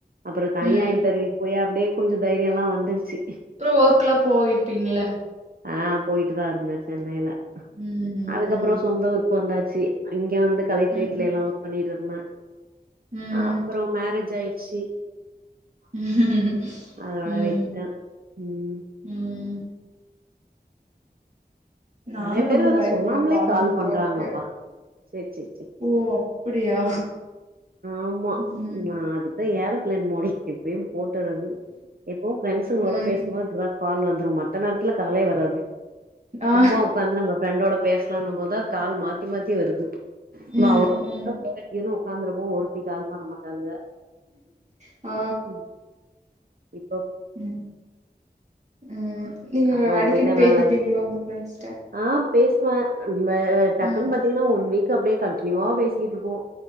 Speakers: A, on the right; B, on the right.
A: அப்பறொ தனியா
B: ம்.
A: இன்டர்வூயுக்கு போய் அப்டே கொஞ்சொ தைரியஎல்லா வந்துருச்சு
B: பறொ ஒக்ல்லா போயிருப்பீங்கள்ள
A: அ போயிட்டு தா இருந்த சென்னையில
B: ம்.
A: அதுக்கப்பற சொந்த ஊர்க்கு வந்தாச்சு அங்க வந்து கலெக்ட்ரேட்ல
B: ம்.
A: எல்லா ஒக் பண்ணிட்ருந்த
B: ம்.
A: அப்பறொ மேரேஜ் ஆய்ட்ச்சு
B: ம்
A: அதோட
B: ம்
A: விட்டுட்டே ம்
B: ம் நானும்
A: நறைய பேர்
B: ரொம்ப
A: வேற
B: பயப்படுவேன்
A: சொல்லாமலே
B: காலேஜுக்கு
A: கால் பண்றாங்கப்பா
B: போறதுக்கு.
A: செர் செர் செர்
B: ஓ! அப்படியா?
A: ஆம்மா
B: ம்.
A: நா அதுதா ஏற பளேன் மோட்டுல்ல எப்பியு போட்டுற்றது எப்போவு ரெண்ட்ஸங்களோட
B: ம்.
A: பேஸ்ம்போதுப்படிதா கால் வந்துரு மத்தநேர்த்துல காலேவராது
B: ஆ.
A: சும்மா உக்காந்து நம்ம ஃப்ரெண்டோட பேஸ்லான்னும் போதா கால் மாத்தி மாத்தி வருது
B: ம்.
A: மாவ்
B: ம்.
A: <inaudible> போர்அடிக்குதுன்னு உக்காந்துருப்போ ஒருத்தி கால் பண்ணமாட்டாங்க
B: அ
A: ம் ப்
B: ம் ம் நீங்க
A: அப்றோ உங்க
B: அடிக்கடி
A: வீட்ல
B: பேசப்பீங்களோ
A: நல்லா
B: உங்க பிரின்ஸ்ட்ட
A: ஆ பேசுவ ம்ப டக்குன்
B: ம்.
A: பாத்தீங்கன்னா ஒன் வீக் அப்டே கன்டினியூவா பேசிக்கிட்ருப்போ